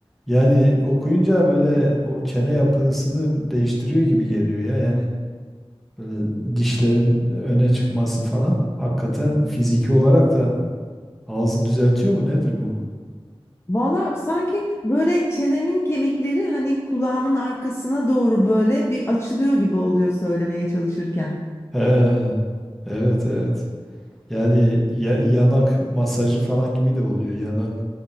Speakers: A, in the centre; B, on the left.
A: Yani okuyunca böyle o çene yapısını değiştiriyor gibi geliyor ya. Yani böyle dişlerin öne çıkması falan. Hakikaten fiziki olarak da ağzı düzeltiyor mu? Nedir bu?
B: Valla sanki böyle çenemin kemikleri hani kulağımın arkasına doğru böyle bir açılıyor gibi oluyor söylemeye çalışırken.
A: He, evet evet. Yani ya- yanak masajı falan gibi de oluyor. Yanak